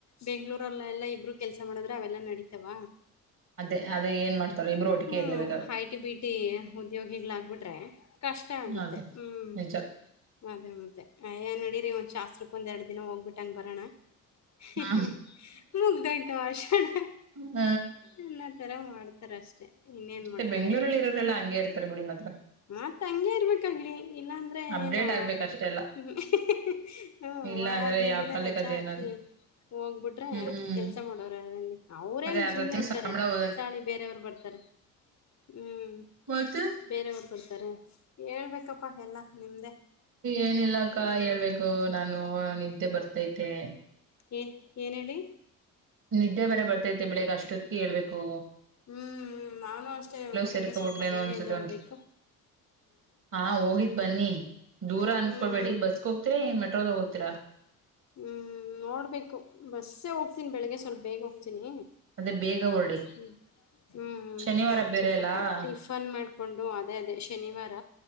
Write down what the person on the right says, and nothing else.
ಅದೇ ಅದೇ ನ್ ಮಾಡ್ತಾರಾರೆ ಇಬ್ಬರು ಒಟ್ಟಿಗೆ
ಇರ್ಲೇಬೇಕಾಗ
ಅದೇ
ನಿಜ
ಹ
ಹ್ಮ
ಮತ್ತೆ
ಬೆಂಗ್ಗಳೂರಲ್ಲಿ
ಇರೋರೆಲ್ಲಾ ಹಂಗೆ ಇರ್ತಾರೆ ಬಿಡಿ ಮಾತ್ರ
ಅಪ್ಡೇಟ್
ಆಗ್ಬೇಕ ಅಷ್ಟೆ ಎಲ್ಲ
ಇಲ್ಲ
ಅಂದ್ರೆ
ಯಾವ
ಕಾಲಕ್
ಅದ
ಏನಾದ್ರು
ಹ್ಮ್
ಅದೇ ಅರ್ಧ
ತಿಂಗ್ಳ
ಸಂಬಳ
ಹೋದಂಗ
ಮತ್ತೆ
ಏನಿಲ್ಲ ಅಕ್ಕ
ಹೇಳಬೇಕು ನಾನು ನಿದ್ದೆ ಬರ್ತೈತೆ.
ನಿದ್ದೆ ಬೇರೆ ಬರ್ತೈತೆ ಬೆಳಿಗ್ ಅಷ್ಟೊತ್ಕೇಳ್ಬೇಕು.
ಸೇರ್ಕೊಬಿಟ್ಲೇನೋ
ಅನ್ಸುತ್ತೆ
ಒನ್ಸ ಹಾ ಹೋಗಿದ್ ಬನ್ನಿ ದೂರ ಅನ್ಕೊಳ್ಬೇಡಿ
ಬಸ್ಗ ಹೋಗ್ತೀರಾ ಏನ್ ಮೆಟ್ರೋದಾಗ ಹೋಗ್ತೀರಾ.
ಅದೇ ಬೇಗ ಹೊರ್ಡಿ
ಶನಿವಾರ ಬೇರೆ
ಅಲ್ಲಾ